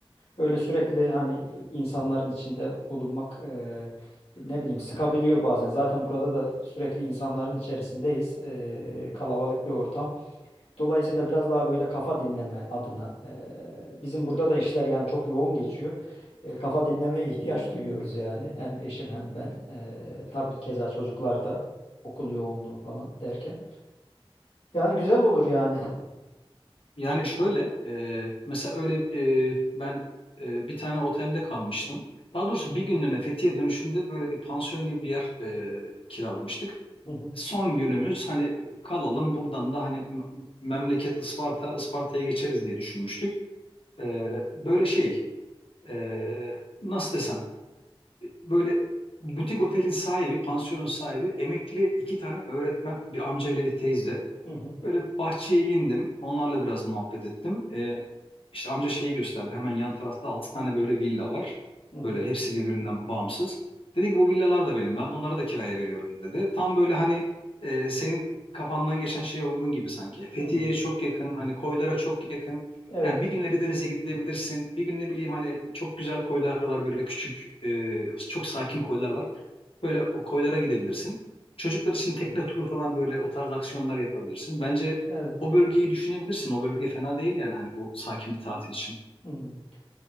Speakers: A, on the left; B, on the left.
A: böyle sürekli hani insanların içinde bulunmak e, ne bileyim sıkabiliyor bazen. Zaten burada da sürekli insanların içerisindeyiz. Ee, kalabalık bir ortam. Dolayısıyla biraz daha böyle kafa dinleme adına eee, bizim burada da işler yani çok yoğun geçiyor. Eee, kafa dinlemeye ihtiyaç duyuyoruz yani hem eşim hem ben. Eee tabii keza çocuklar da okul yoğunluğu falan derken. Yani güzel olur yani.
B: Yani şöyle e, mesela öyle e, ben e, bir tane otelde kalmıştım. Daha doğrusu bir günlüğüne Fethiye dönüşünde böyle bir pansiyon gibi bir yer e, kiralamıştık.
A: hı,
B: Son günümüz hani kalalım buradan da hani m- memleket Isparta, Isparta'ya geçeriz diye düşünmüştük. E, böyle şey e, nasıl desem böyle butik otelin sahibi, pansiyonun sahibi emekli iki tane öğretmen bir amca ile bir teyze.
A: hı hı,
B: Böyle bahçeye indim. Onlarla biraz muhabbet ettim. Ee, işte amca şeyi gösterdi. Hemen yan tarafta 6 tane böyle villa var.
A: hı hı,
B: Böyle hepsi birbirinden bağımsız. Dedi ki bu villalar da benim. Ben bunları da kiraya veriyorum dedi. Tam böyle hani e, senin kafandan geçen şeye uygun gibi sanki. Fethiye'ye
A: hı hı.
B: çok yakın. Hani koylara çok yakın.
A: Evet.
B: Yani bir gün Elideniz'e gidebilirsin. Bir gün ne bileyim hani çok güzel koylar var böyle küçük, e, çok sakin koylar var. Böyle o koylara gidebilirsin. Çocuklar için tekne
A: Hı hı,
B: turu falan böyle o tarz aksiyonlar yapabilirsin. Bence
A: evet.
B: o bölgeyi düşünebilirsin. O bölge fena değil yani hani bu sakin bir tatil için.
A: Hı hı.